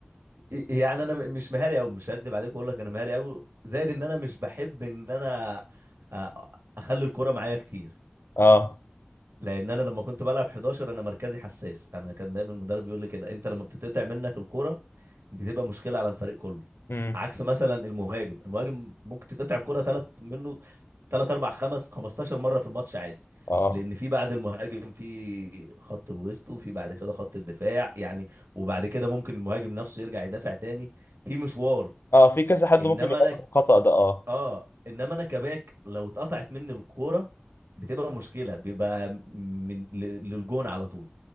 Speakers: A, on the right; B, on the left.
A: ي- يعني انا م- مش مهاري قوي مش هكدب عليك واقول لك انا مهاري قوي زائد ان انا مش بحب ان انا أ- اخلي الكرة معايا كتير
B: اه
A: لان انا لما كنت بلعب 11 انا مركزي حساس انا كان دايما المدرب يقول لي كده انت لما بتتقطع منك الكرة بتبقى مشكله على الفريق كله
B: امم
A: عكس مثلا المهاجم المهاجم ممكن تتقطع الكره ثلاث منه ثلاث اربع خمس 15 مره في الماتش عادي
B: اه
A: لان في بعد المهاجم في خط الوسط وفي بعد كده خط الدفاع يعني وبعد كده ممكن المهاجم نفسه يرجع يدافع تاني في مشوار
B: اه في كذا حد
A: انما
B: ممكن يغلط
A: انا
B: الخطأ ده اه
A: اه انما انا كباك لو اتقطعت مني الكوره بتبقى مشكله بيبقى من ل- للجون على طول